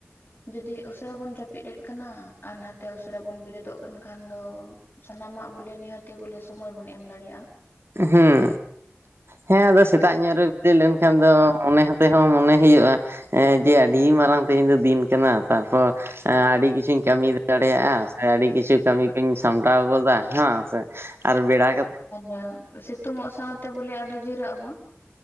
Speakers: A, on the left; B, on the right.
A: ᱡᱩᱫᱤ ᱩᱥ ᱩᱥᱟᱹᱨᱟ ᱵᱚᱱ ᱡᱟᱯᱤᱜ ᱮᱫ ᱠᱟᱱᱟ ᱟᱨ ᱱᱟᱛᱮ ᱩᱥᱟᱹᱨᱟ ᱵᱚᱱ ᱵᱮᱨᱮᱫᱚᱜ ᱠᱟᱱ ᱠᱷᱟᱱ ᱫᱚ ᱥᱟᱱᱟᱢᱟᱜ ᱵᱚᱞᱮ ᱱᱤᱦᱟᱹᱛᱤ ᱵᱚᱞᱮ ᱥᱳᱢᱳᱭ ᱵᱚᱱ ᱮᱢ ᱫᱟᱲᱮᱭᱟᱜᱼᱟ
B: ᱦᱩᱸ ᱦᱮᱸ ᱟᱫᱚ ᱥᱮᱛᱟᱜ ᱧᱚᱜ ᱨᱮ ᱵᱮᱨᱮᱫ ᱞᱮᱱᱠᱷᱟᱱ ᱫᱚ ᱢᱚᱱᱮ ᱦᱚᱸᱛᱮ ᱦᱚᱸ ᱢᱚᱱᱮ ᱦᱩᱭᱩᱜᱼᱟ ᱮᱸ ᱡᱮ ᱟᱹᱰᱤ ᱢᱟᱨᱟᱝ ᱛᱮᱦᱮᱧ ᱫᱚ ᱫᱤᱱ ᱠᱟᱱᱟ ᱛᱟᱨᱯᱚᱨ ᱮᱸ ᱟᱹᱰᱤ ᱠᱤᱪᱷᱩᱧ ᱠᱟᱹᱢᱤ ᱫᱟᱲᱮᱭᱟᱜᱼᱟ ᱥᱮ ᱟᱹᱰᱤ ᱠᱤᱪᱷᱩ ᱠᱟᱹᱢᱤ ᱠᱩᱧ ᱥᱟᱢᱴᱟᱣ ᱜᱚᱫᱟ ᱦᱮᱸ ᱵᱟᱝ ᱥᱮ ᱟᱨ ᱵᱮᱲᱟ ᱠᱟᱛᱮ
A: ᱤᱭᱟᱹ ᱥᱤᱛᱩᱝᱚᱜ ᱥᱟᱶᱛᱮ ᱵᱚᱞᱮ ᱟᱫᱚ ᱡᱤᱨᱟᱹᱜ ᱟᱵᱚᱱ